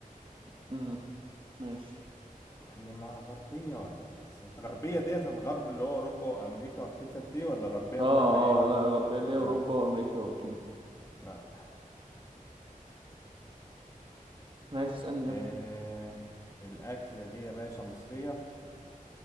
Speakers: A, on the right; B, on the left.
A: مم. ماشي
B: هي ما غربية ولا بس أنت غربية ديت الغرب اللي هو أوروبا وأمريكا والحتت دي ولا غربية
A: اه
B: بمعنى إيه؟
A: اه لا غربية اللي هي
B: لا
A: أوروبا وأمريكا وكده
B: لا
A: ماشي اسألني
B: إيه...
A: يلا
B: الأكلة دي يا باشا مصرية